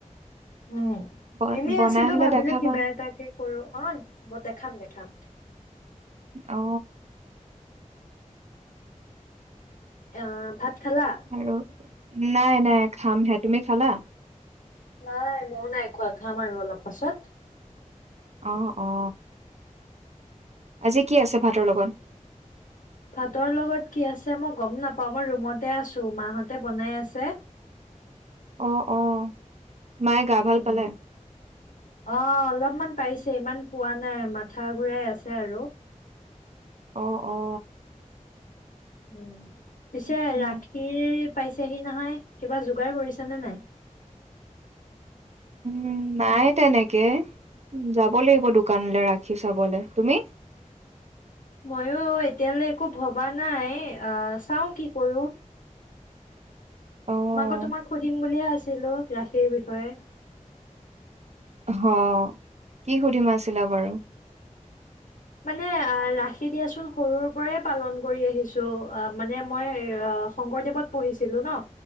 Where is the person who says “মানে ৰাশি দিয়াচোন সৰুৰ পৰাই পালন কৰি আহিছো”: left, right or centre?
Left